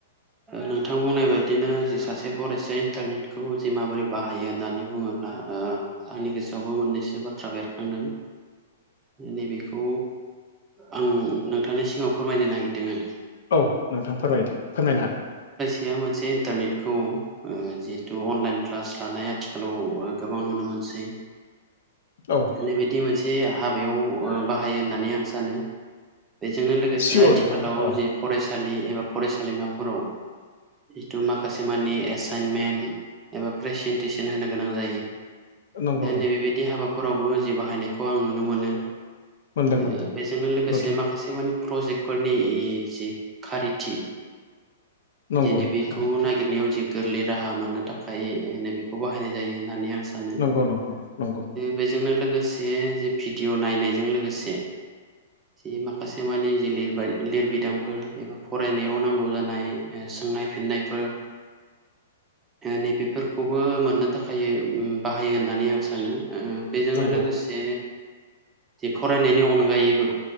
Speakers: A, on the right; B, on the left.
A: नोंथां बुंनाय बायदिनो जे सासे फरायसाया इन्टारनेटखौ जे माबोरै बाहाय हायो होननानै बुङोब्ला ओ आंनि गोसोआवबो मोननैसो बाथ्रा बेरखांदों। नैबेखौ आं नोंथांनि सिगाङाव फोरमायनो नागिरदों।
B: औ नोंथां फोरमायदो फोरमायनो हागोन।
A: बियो मोनसे इन्टारनेटखौ जिहेथु अनलाइन क्लास लानाय आथिखालाव गोबां नुनो मोनसै।
B: औ
A: नैबादि मोनसे हाबायाव बाहायो होननानै आं सानो। बेजोंनो लोगोसे
B: सियर
A: आथिखालाव
B: नोंथां औ
A: जे फरायसालि एबा फरायसालिमाफोराव जिथु माखासे मानिानि एसाइनमेन्ट एबा प्रेसेन्टेसन होनो गोनां जायो।
B: नंगौ नंगौ
A: नैबेबायदि हाबाफोरावबो जि बाहायनायखौ आं नुनो मोनो।
B: मोनदों
A: ओ
B: मोनदों
A: बेजोंनो लोगोसे
B: नुदों
A: माखासे मानि प्रजेक्ट फोरनि इ जि खारिथि
B: नंगौ
A: जे नैबेखौ
B: औ।
A: नागिरनायाव जि गोरलै राहा मोननो थाखाय नैबेखौ बाहायनाय जायो होननानै आं सानो
B: नंगौ नंगौ नंगौ
A: बे जोंनो लोगोसे जे भिडिअ नायनायजों लोगोसे जि माखासे मानि जि लि लिरबिदांफोर एबा फरायनायाव नांगौ जानाय सोंनाय फिन्नायफोर नैबेफोरखौबो मोननो थाखाय बाहायो होननानै आं सानो उम बेजोंनो
B: नंगौ
A: लोगोसे जे फरायनायनि अनगायैबो